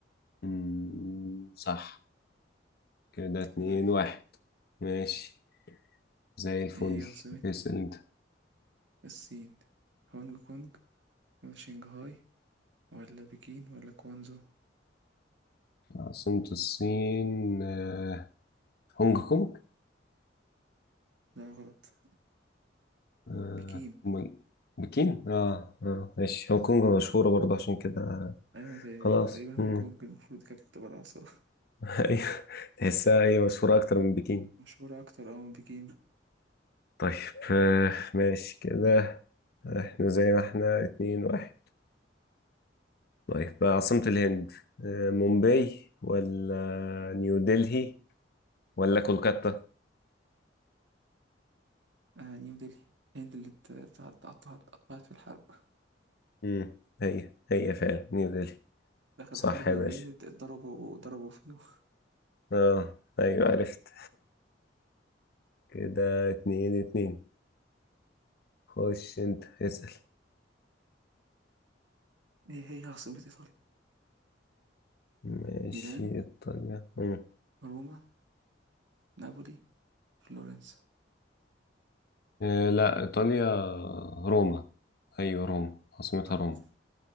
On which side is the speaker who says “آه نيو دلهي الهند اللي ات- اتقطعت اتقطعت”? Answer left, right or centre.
Right